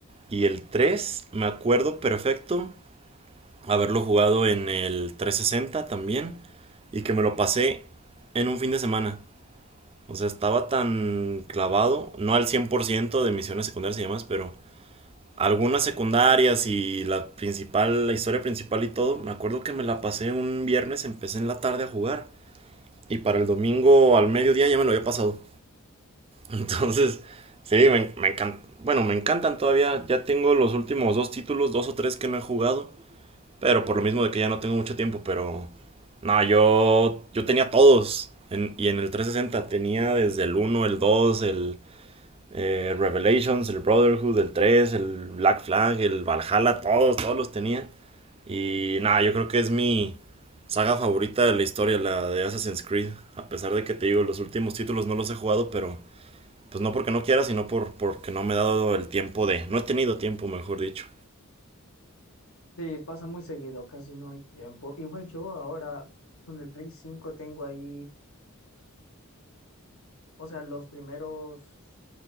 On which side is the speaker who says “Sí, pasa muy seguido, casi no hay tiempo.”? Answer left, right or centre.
Left